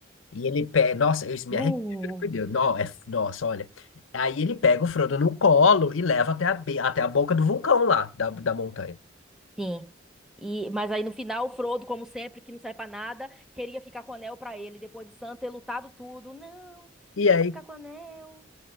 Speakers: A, on the left; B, in the centre.
A: E ele pega, nossa, eu isso me
B: Uh,
A: arrepio, juro por Deus, não, é, nossa, olha. Aí ele pega o Frodo no colo e leva até a, be- até a boca do vulcão lá, da, da montanha.
B: sim. E, mas aí no final, o Frodo, como sempre, que não serve pra nada, queria ficar com o anel pra ele, depois de Sam ter lutado tudo. Não,
A: E
B: eu
A: aí,
B: vou ficar com o anel.